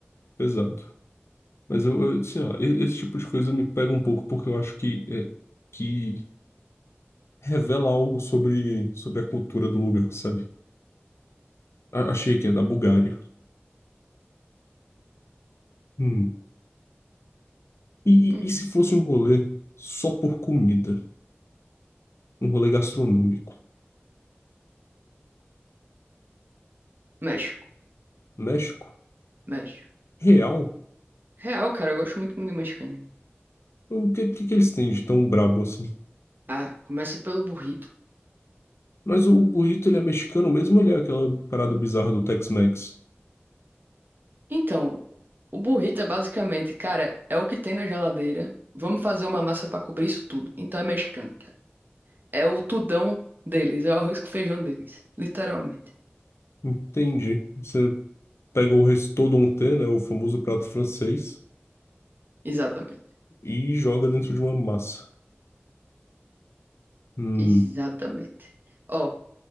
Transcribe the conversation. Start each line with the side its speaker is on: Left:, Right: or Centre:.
Left: pesado. Mas eu, eu- sei lá, e- esse tipo de coisa me pega um pouco porque eu acho que, é, que revela algo sobre, sobre a cultura do lugar, sabe? A- achei que é da Bulgária. Hum. E,
Right: Hum.
Left: e, e se fosse um rolê só por comida? Um rolê gastronômico?
Right: México,
Left: México?
Right: México.
Left: Real?
Right: Real, cara, eu gosto muito muito de mexicano
Left: O que, que, que eles têm de tão brabo assim?
Right: Ah, começa pelo burrito.
Left: Mas o burrito, ele é mexicano mesmo, ele é aquela parada bizarra do Tex-Mex.
Right: Então, o burrito é basicamente, cara, é o que tem na geladeira. Vamos fazer uma massa pra cobrir isso tudo. Então é mexicano, cara. É o tudão deles, é o arroz com feijão deles, literalmente.
Left: Entendi. Você pega o restauranté, né, o famoso prato francês,
Right: Exatamente.
Left: e joga dentro de uma massa. Hum.
Right: Exatamente. Ó,